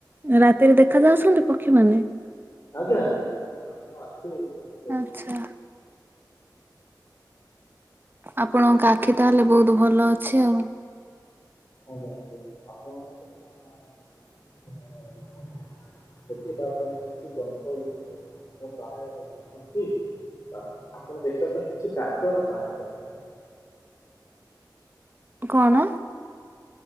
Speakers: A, on the right (about 25°); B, on the left (about 45°).
A: ରାତିରେ ଦେଖା ଯାଉଛନ୍ତି ପକ୍ଷୀମାନେ?
B: ଆଜ୍ଞା ଆଜ୍ଞା ଆମ ଆଖି ବହୁତ <inaudible>
A: ଆଚ୍ଛା ଆପଣଙ୍କ ଆଖି ତାହଲେ ବହୁତ ଭଲ ଅଛି ଆଉ।
B: ଆଜ୍ଞା ଆଜ୍ଞା ଆପଣ ଆସିନେ ଏ ସେଠି ତା ପାଇଁ କିଛି ଯନ୍ତ୍ର ୟୁ ଏ ସହାୟତା ନେଉଛନ୍ତି। ଆ ଆପଣ ଦେଖିବା ପାଇଁ କିଛି କାଚର ସହାୟକ ନୋଉଛନ୍ତି।
A: କଣ?